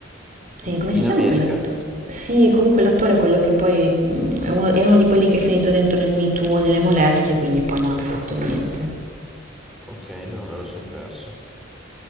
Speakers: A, on the right; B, in the centre.
A: E come
B: In
A: si
B: America?
A: chiama quell'attore? Sì, comunque l'attore è quello che poi mm, è uno, è uno di quelli che è finito dentro nel Me Too, o nelle molestie, quindi poi non ha più fatto niente.
B: Ok, no, me lo son perso.